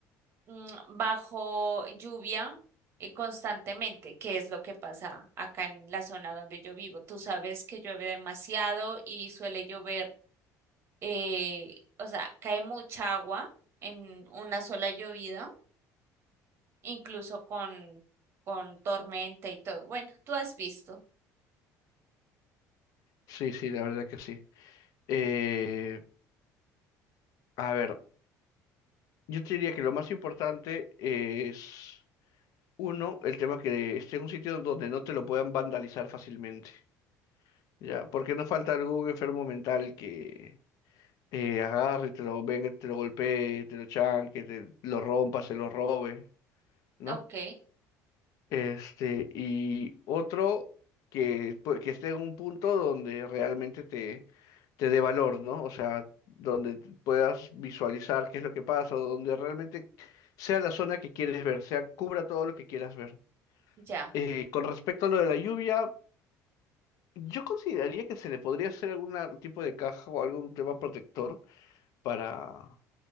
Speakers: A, on the right; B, on the left.
A: mm, bajo lluvia eh, constantemente, que es lo que pasa acá en la zona donde yo vivo. Tú sabes que llueve demasiado y suele llover, eh, o sea, cae mucha agua en una sola llovida, incluso con, con tormenta y todo. Bueno, tú has visto.
B: Sí, sí, la verdad que sí. Eh, a ver, yo te diría que lo más importante es, uno, el tema que esté en un sitio donde no te lo puedan vandalizar fácilmente, ¿ya? Porque no falta algún enfermo mental que eh, agarre y te lo venga, te lo golpee, te lo chanque, te lo rompa, se lo robe, ¿no?
A: Ok,
B: Este, y otro que, pu- que esté en un punto donde realmente te, te dé valor, ¿no? O sea, donde t- puedas visualizar qué es lo que pasa, o donde realmente sea la zona que quieres ver, sea, cubra todo lo que quieras ver.
A: ya.
B: Eh, con respecto a lo de la lluvia, yo consideraría que se le podría hacer algún tipo de caja o algún tema protector para,